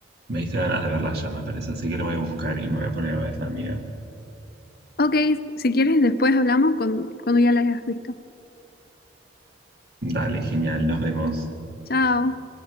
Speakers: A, on the right (about 50°); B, on the left (about 50°).
A: Me diste ganas de verla ya, me parece. Así que lo voy a buscar y me voy a poner a verla, amiga.
B: Ok, si quieres después hablamos cuando, cuando ya la hayas visto.
A: Dale, genial. Nos vemos.
B: Chao.